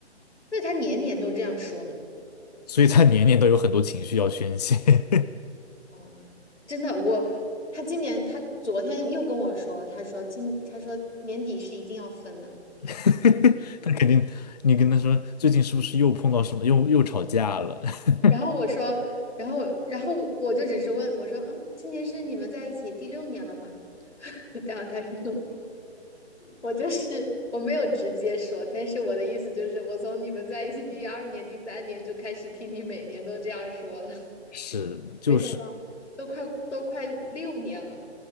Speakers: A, on the left; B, on the left.
A: 那他年年都这样说呢。
B: 所以他年年都有很多情绪要宣泄。<laughs>
A: 哦，真的，我他今年他昨天又跟我说，他说今他说年底是一定要分了。
B: <laughs> 他肯定，你跟他说最近是不是又碰到什么，又又吵架了？<laughs>
A: 然后我说，然后然后我就只是问我说啊，今年是你们在一起第六年了吗？<laughs> 然后他说我就是我没有直接说，但是我的意思就是，我从你们在一起第二年、第三年就开始听你每年都这样说了，
B: 是，
A: <laughs>
B: 就是
A: 没想到都快都快六年了，